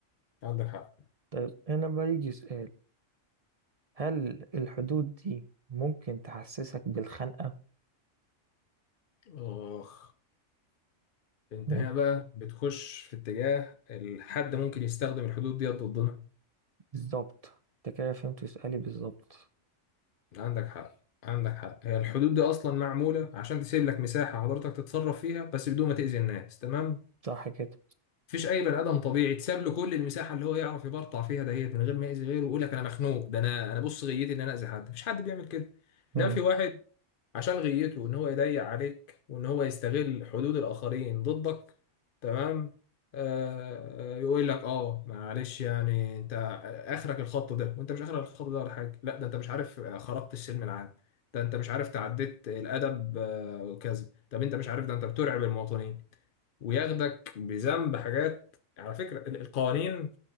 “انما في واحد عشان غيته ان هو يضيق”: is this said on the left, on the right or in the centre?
Left